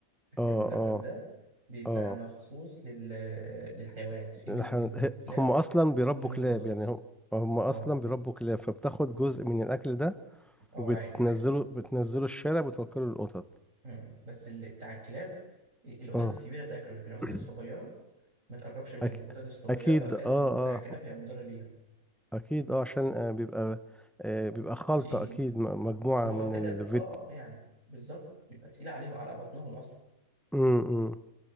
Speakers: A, on the right; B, in the centre.
A: اكل
B: اه
A: مجفف
B: اه
A: ده بيبقى
B: اه
A: مخصوص لل... للحيوانات في منه
B: إحنا-
A: للكلاب
B: هي- هم اصلا بيربوا
A: ومنه
B: كلاب
A: للقطط
B: يعني هم هم اصلا
A: اه
B: بيربوا كلاب فبتاخد جزء من الاكل ده
A: اه
B: وبتنزله
A: عادي عادي
B: بتنزله الشارع بتوكله للقطط
A: مم. بس اللي بتاع الكلاب القطط
B: اه
A: الكبيره تاكله لكن القطط
B: <clears throat>
A: الصغيره ما تقربش منه
B: أك...
A: القطط الصغيره
B: اكيد
A: لو اكلت
B: اه اه
A: من بتاع الكلاب هي مضره ليها
B: اكيد اه عشان آه بيبقى آه بيبقى خلطة
A: تقيل
B: اكيد م- مجموعة
A: ما هو
B: من
A: كده
B: الفيت
A: اه آه، يعني بالظبط يبقى تقيل عليه وعلى بطنهم اصلا
B: م- م.